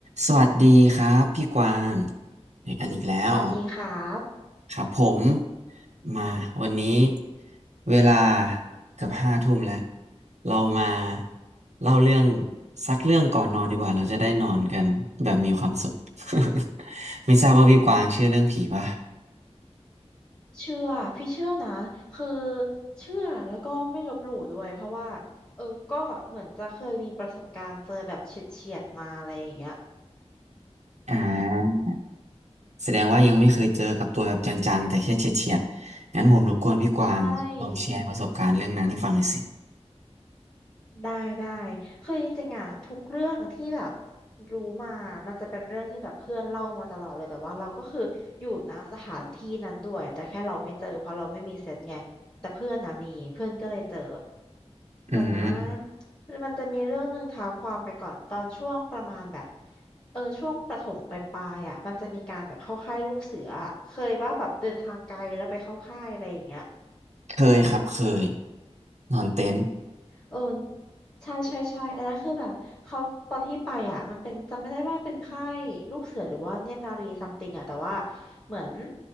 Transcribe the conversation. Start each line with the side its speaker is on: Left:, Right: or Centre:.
Right: สวัสดีครับพี่กวางเจอกันอีกแล้ว
Left: สวัสดีครับ
Right: ครับผม มาวันนี้เวลาเกือบห้าทุ่มแล้วเรามาเล่าเรื่องสักเรื่องก่อนนอนดีกว่าเราจะได้นอนกันแบบมีความสุข <laughs> ไม่ทราบว่าพี่กวางเชื่อเรื่องผีป่ะ
Left: เชื่อพี่เชื่อนะคือเชื่อแล้วก็ไม่ลบหลู่ด้วยเพราะว่าเออก็เหมือนจะเคยมีประสบการณ์เจอแบบเฉียดๆมาอะไรอย่างเงี้ย
Right: อ่าแสดงว่ายังไม่เคยเจอกับตัวแบบจังๆแต่แค่เฉียดๆงั้นผมรบกวนพี่กวางลองแชร์ประสบการณ์เรื่องนั้นให้ฟังหน่อยสิ
Left: ใช่ ได้ได้คือจริงๆอ่ะทุกเรื่องที่แบบรู้มามันจะเป็นเรื่องที่แบบเพื่อนเล่ามาตลอดเลยแต่ว่าเราก็คืออยู่นะสถานที่นั้นด้วยแต่แค่เราไม่เจอเพราะเราไม่มีเซนส์ไงแต่เพื่อนนะมีเพื่อนก็เลยเจอ
Right: อืม
Left: แต่นะมันจะมีเรื่องหนึ่งเท้าความไปก่อนตอนช่วงประมาณแบบเออช่วงประถมปลายๆอ่ะมันจะมีการแบบเข้าค่ายลูกเสืออะเคยป่ะแบบเดินทางไกลแล้วไปเข้าค่ายอะไรอย่างเงี้ย
Right: เคยครับเคยนอนเต็นท์
Left: เออใช่ใช่ใช่อันนั้นคือแบบเขาตอนที่ไปอ่ะมันเป็นจำไม่ได้ว่าเป็นค่ายลูกเสือหรือว่าเนตรนารีซัมติงอ่ะแต่ว่าเหมือน